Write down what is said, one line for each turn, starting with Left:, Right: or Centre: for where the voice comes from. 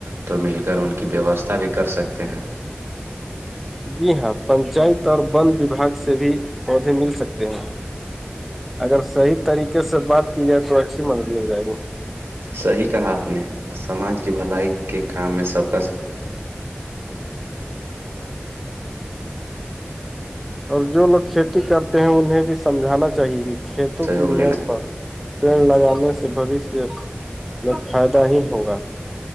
Right: تو مل کر ان کی ویوستھا بھی کر سکتے ہیں
Centre: جی ہاں پنچایت اور ون وباگ سے بھی پودے مل سکتے ہیں اگر صحیح طریقے سے بات کی جائے تو اچھی مدد ہو جائے گی
Right: صحی کہا آپ نے سماج کی بھلائی کے کام میں سب کا س
Centre: <unintelligible> اور جو لوگ کھیتی کرتے ہیں انہیں بھی سمجھانا چاہیے گ کھیتوں
Right: سہیوگ
Centre: کی میڑ
Right: لینا
Centre: پر پیڑ لگانے سے بوشیہ میں فائدہ ہی ہوگا